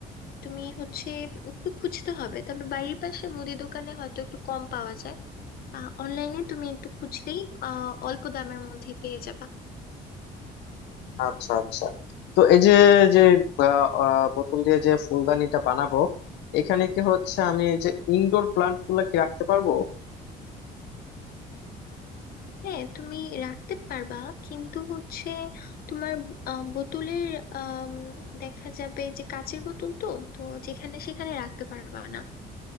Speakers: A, on the left (about 60°); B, on the left (about 80°).
A: তুমি হচ্ছে একটু খুঁজতে হবে তবে বাড়ির পাশে মুদি দোকানে হয়তো একটু কম পাওয়া যায় অনলাইনে তুমি একটু খুঁজলেই আহ, অল্প দামের মধ্যে পেয়ে যাবে
B: আচ্ছা আচ্ছা তো এই যে যে আহ, আহ, বোতল দিয়ে যে ফুলদানিটা বানাবো এখানে কি হচ্ছে আমি এই যে ইনডোর প্লান্ট গুলা কি রাখতে পারবো
A: হ্যাঁ তুমি রাখতে পারবা কিন্তু হচ্ছে তোমার আহ, বোতলের আম, দেখা যাবে যে কাঁচের বোতল তো তো যেখানে সেখানে রাখতে পারবা না